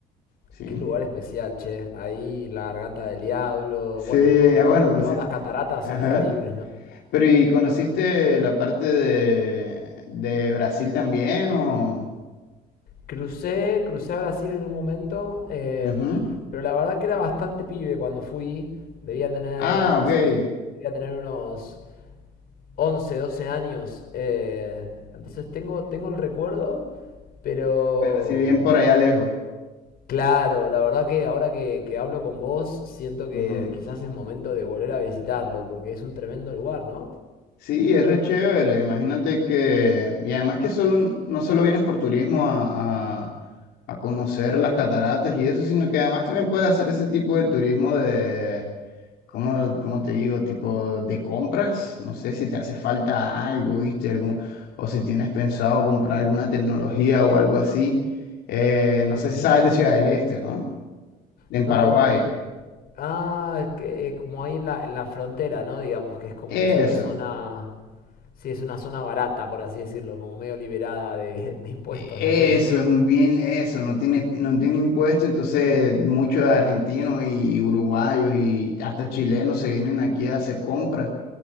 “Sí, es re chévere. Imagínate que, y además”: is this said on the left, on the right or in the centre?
Left